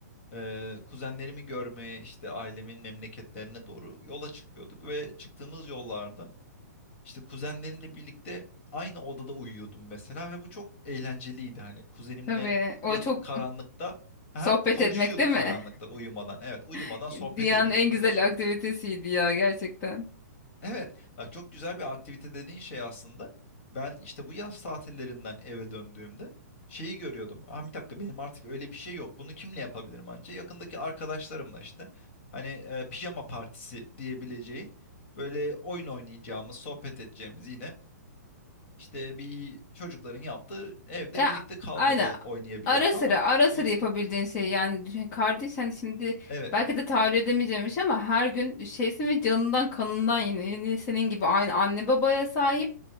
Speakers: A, on the left (about 40°); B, on the left (about 25°).
A: ee, kuzenlerimi görmeye işte ailemin memleketlerine doğru yola çıkıyorduk ve çıktığımız yollarda işte kuzenlerimle birlikte aynı odada uyuyordum mesela ve bu çok eğlenceliydi hani kuzenimle
B: Tabii o
A: yatıp
B: çok
A: karanlıkta ha
B: sohbet
A: konuşuyorduk
B: etmek değil mi?
A: karanlıkta uyumadan. Evet, uyumadan
B: <laughs>
A: sohbet
B: Dünyanın
A: ediyorduk
B: en
A: böyle
B: güzel
A: sürekli.
B: aktivitesiydi ya gerçekten.
A: Evet, bak çok güzel bir aktivite dediğin şey aslında. Ben işte bu yaz tatillerinden eve döndüğümde şeyi görüyordum. Ah bir dakika benim artık öyle bir şey yok. Bunu kimle yapabilirim anca? Yakındaki arkadaşlarımla işte. Hani e, pijama partisi diyebileceğin böyle oyun oynayacağımız, sohbet edeceğimiz yine işte bir çocukların yaptığı evde
B: Ya
A: birlikte kalmacalık
B: aynen
A: oynayabiliyorduk
B: Ara sıra
A: ama
B: ara
A: bu
B: sıra yapabildiğin şey yani düşün- kardeş hani şimdi
A: evet
B: belki de tahayyül edemeyeceğimmiş ama her gün şeysin ve canından kanından yine, yine senin gibi aynı anne babaya sahip